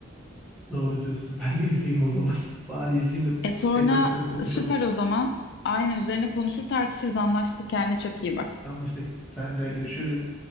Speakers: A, in the centre; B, on the left.
A: Doğru diyorsun. <laughs> Ben de izleyeyim o zaman. <laughs> Bari izleyeyim de
B: E sonra
A: tekrar üstüne konuşalım.
B: süper o zaman. Aynen üzerine konuşur tartışırız anlaştık. Kendine çok iyi bak.
A: Anlaştık. Sen de görüşürüz.